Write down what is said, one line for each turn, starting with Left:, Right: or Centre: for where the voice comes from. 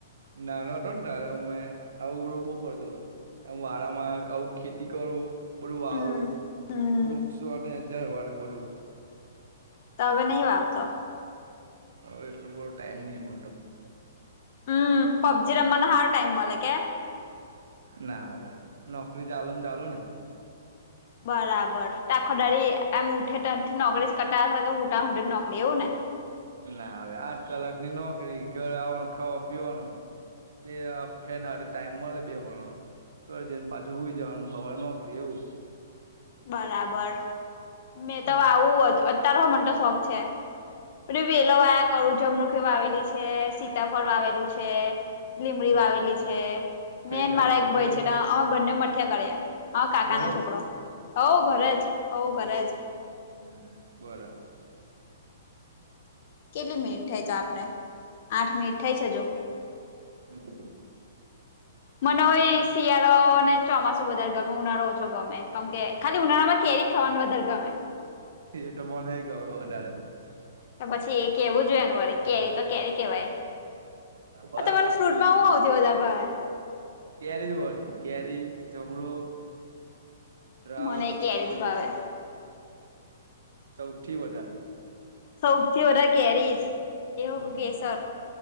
Right: નાનો હતો ને તારે હું મેં આવું બું બહુ કરતો હતો. એ વારામાં આવું ખેતી કરું. બધુ વાવું
Left: હમ હમ
Right: વૃક્ષક્ષો અને ઝારવાનું બધું.
Left: તો હવે નહીં વાવતો
Right: હવે એટલલો બધો ટાઈમ નહિ મળતો.
Left: હમ પબ્જીિ રમવાનો હાર ટાઈમ મલલે કે
Right: ના હવે નોકરી ચાલ ને ચાલુ ને
Left: બરાબર ટાખદળ એમ ઉઠે તથી નોકરી કટાશે કે હુંટા હું નોકરી એવું ને
Right: ના હવે આઠ કલાક ની નોકરી ઘરે આવવાનું ખાવા પીવાનું. બે ફ્રેન હ ટાઈમ મળે બે હો કરજેને પાછું હોઈ જવાનું હવાળ નોકરી એવું.
Left: બરાબર મેં
Right: હમ
Left: તો આવું અતાર હો મને તો શોખ છે. વેલોવાયા કરું જમણુખ વા આવેલી છે સીતાફળ વા આવેલું છે. લીમડી
Right: હમ
Left: વાવેલી છે
Right: કઈ
Left: મેન
Right: ગાડી
Left: મારા એક
Right: ઘરે
Left: ભાઈ છે
Right: જ
Left: અમે બંને મઠિયા કર્યા. હા કાકા
Right: ઘરે
Left: ના છોકરો
Right: જ
Left: હોવ ઘરે જ હોવ ઘરે જ
Right: હમ બરાબર
Left: કેટલી મિનિટ થાય તો આપણે આઠ મિનિટ થાય છે જો.
Right: હમ
Left: મને હોય શિયાળો અનેને ચોમાસ વધારે ગમે ઉનાળો ઓ છો ગમે કેમ કે ખાલી ઉનાળામાં કેરી ખાવાનું વધારે ગમે
Right: એ તો મને ગમે વધારે
Left: તો પછી એ કેવું જોનું અરે કેરી તો કેરી કેવાય
Right: બરાબર
Left: તમાને
Right: ભૂલી
Left: ફ્રૂટમાં
Right: ગયું
Left: હું આવ. દવા દા ભાઈ
Right: કેરી જોવાળી કેરી જમણુક દ્રક્ષ
Left: મને કેરી
Right: ચીો
Left: જ ભાવે
Right: સૌથી વધાર.
Left: સૌથી ઓધા કેરીજ એ
Right: હમ
Left: કેસર